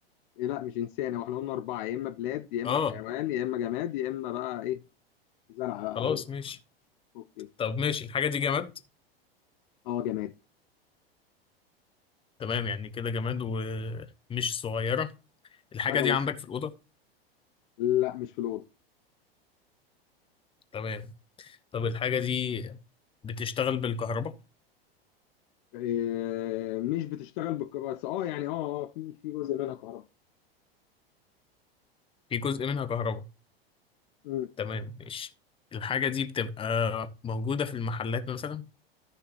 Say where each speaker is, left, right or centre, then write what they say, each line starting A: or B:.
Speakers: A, on the left (about 55°); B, on the left (about 15°).
A: إيه لا مش انسان هو احنا قلنا اربعة يا اما بلاد يا اما
B: اه
A: حيوان يا اما جماد يا اما بقى ايه زرعة
B: خلاص
A: او
B: ماشي
A: اوكي
B: طب ماشي الحاجة دي جماد
A: اه جماد
B: تمام يعني كده جماد ومش صغيرة الحاجة
A: حاجة
B: دي
A: وسط
B: عندك في الأوضة
A: لا مش في الأوضة
B: تمام طب الحاجة دي بتشتغل بالكهرباء
A: إيه مش بتشتغل بالكهرباء بس اه يعني اه اه في في جزء منها كهرباء
B: في جزء منها كهرباء
A: مم.
B: تمام ماشي الحاجة دي بتبقى موجودة في المحلات مثلا